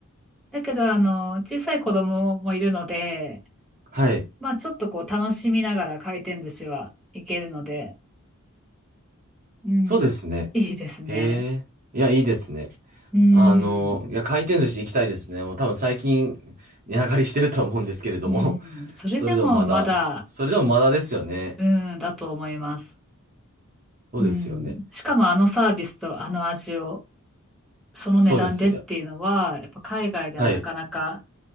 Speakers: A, in the centre; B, on the right.
A: だけど、あの、小さい子供もいるので、
B: はい。
A: まあちょっとこう楽しみながら回転寿司はいけるので、うん、
B: そうですね。
A: いいですね。
B: へえ。いや、いいですね。
A: うん、
B: あの、いや、回転寿司行きたいですね。もう多分最近、値上がりしてるとは思うんですけれども。
A: うん、
B: <laughs>
A: それでもまだ、
B: それでもまだ、それでもまだですよね。
A: うん、だと思います。
B: そうですよね。
A: うん、しかもあのサービスとあの味を、その値段でっていうのは、
B: そうですよ。いや
A: やっぱ海外ではなかなか
B: はい。